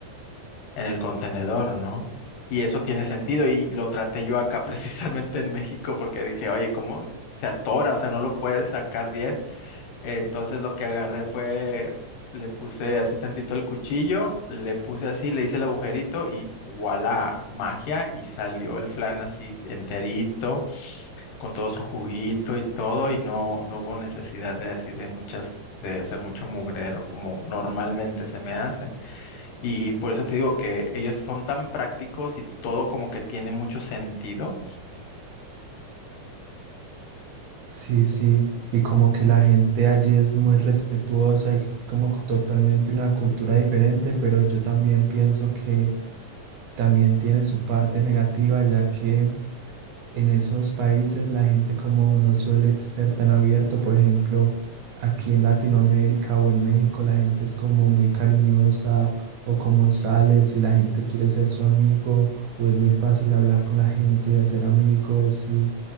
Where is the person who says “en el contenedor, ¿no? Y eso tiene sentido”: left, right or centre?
Left